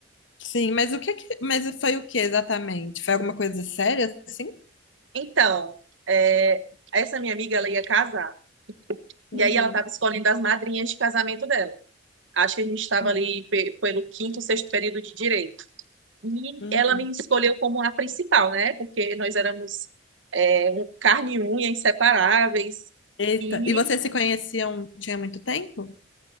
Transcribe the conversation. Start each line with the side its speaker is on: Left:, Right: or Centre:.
Left: Sim, mas o que é que, mas foi o que exatamente? Foi alguma coisa séria, assim?
Right: Então, é, essa minha amiga, ela ia casar, e
Left: Uhum,
Right: aí ela estava escolhendo as madrinhas de casamento dela. Acho que a gente estava
Left: uhum,
Right: ali pe- pelo quinto, sexto período de direito. E
Left: uhum.
Right: ela me escolheu como a principal, né? Porque nós éramos é, um carne e unha, inseparáveis.
Left: Eita,
Right: E
Left: e vocês se conheciam, tinha muito tempo?